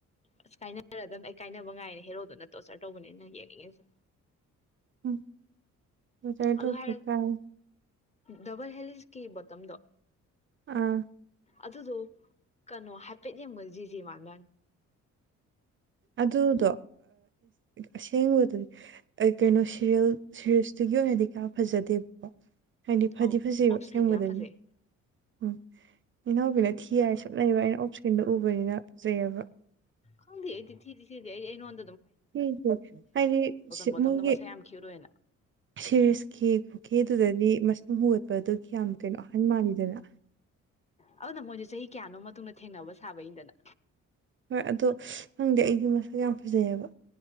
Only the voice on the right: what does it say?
ꯎꯝ ꯃ ꯇꯥꯏ
ꯇ
ꯍ ꯀꯥꯏ
ꯑꯥ
ꯑꯗꯨꯗꯣ ꯑꯁꯦꯡꯕꯗꯗꯤ ꯀꯩꯅꯣ ꯁꯔꯤꯜ ꯁꯤꯔꯤꯁꯇꯨꯒꯤ ꯑꯣꯏꯅꯗꯤ ꯀꯌꯥ ꯐꯖꯗꯦꯕꯀꯣ ꯍꯥꯏꯗꯤ
ꯐꯗꯤ ꯐꯖꯩꯕ
ꯁꯦꯝꯦꯡꯕꯗꯗꯤ
ꯎꯝ ꯏꯅꯥꯎꯕꯤꯅ ꯊꯤ ꯌꯥꯏ ꯁꯛ ꯂꯩꯕ ꯑꯩꯅ ꯑꯣꯞꯁꯀ꯭ꯔꯤꯟꯗ ꯎꯕꯅꯤꯅ ꯐꯖꯩꯑꯕ
ꯁꯤ ꯍꯦ ꯍꯥꯏꯗꯤ
ꯃꯣꯏꯒꯤ
ꯁꯤꯔꯤꯁ ꯈꯦ ꯈꯦꯗꯨꯗꯗꯤ ꯃꯠ ꯑꯗꯨꯒꯤ ꯌꯥꯝ ꯀꯩꯅꯣ ꯑꯍꯟ ꯃꯥꯜꯂꯤ ꯗꯅ
ꯍꯣꯏ ꯑꯗꯣ ꯈꯪꯗꯦ ꯑꯩꯒꯤ ꯃꯁꯛ ꯌꯥꯝ ꯐꯖꯩꯑꯕ